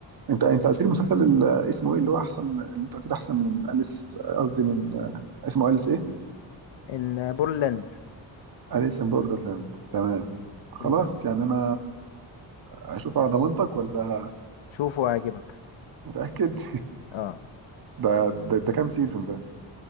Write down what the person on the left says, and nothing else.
ان بورلاند
بورلاند
شوفه هيعجبك
اه